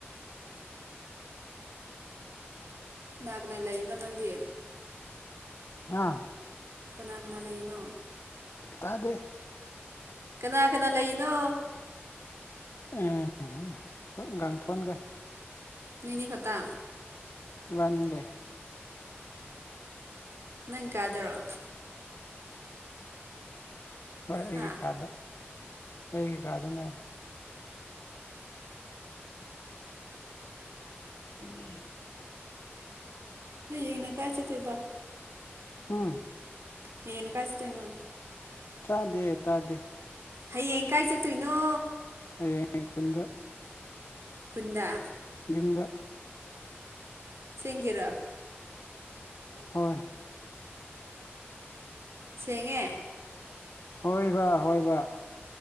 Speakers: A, on the right; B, on the left.
A: ꯀꯅꯥ ꯀꯅꯥ ꯂꯩꯕ ꯅꯪꯗꯤ
B: ꯑꯥ
A: ꯀꯅꯥ ꯀꯅꯥ ꯂꯩꯔꯤꯅꯣ
B: ꯇꯥꯗꯦ
A: ꯀꯅꯥ ꯀꯅꯥ ꯂꯩꯔꯤꯅꯣ
B: ꯑꯦ ꯒꯥꯡꯊꯣꯟꯒ
A: ꯅꯣꯏ ꯑꯅꯤ ꯈꯛꯇ
B: ꯏꯕꯥꯅꯤ ꯂꯩ
A: ꯅꯪ ꯀꯥꯗꯔꯣ
B: ꯍꯣꯏ ꯑꯩꯒꯤ
A: ꯍꯥ
B: ꯀꯥꯗ ꯑꯩꯒꯤ ꯀꯥꯗꯅꯦ ꯎꯝ
A: ꯅꯣꯏ ꯍꯌꯦꯡꯅ ꯀꯥꯏ ꯆꯠꯇꯣꯏꯕ
B: ꯎꯝ
A: ꯍꯌꯦꯡꯅ ꯀꯥꯏ ꯆꯠꯇꯣꯏꯅꯣ
B: ꯇꯥꯗꯦ ꯇꯥꯗꯦ
A: ꯍꯌꯦꯡ ꯀꯥꯏ ꯆꯠꯇꯣꯏꯅꯣ
B: ꯍꯌꯦꯡ ꯈꯨꯟꯗ
A: ꯈꯨꯟꯗ
B: ꯌꯨꯝꯗ
A: ꯆꯤꯡꯒꯤꯔꯣ
B: ꯍꯣꯏ
A: ꯁꯦꯡꯉꯦ
B: ꯍꯣꯏꯕ ꯍꯣꯏꯕ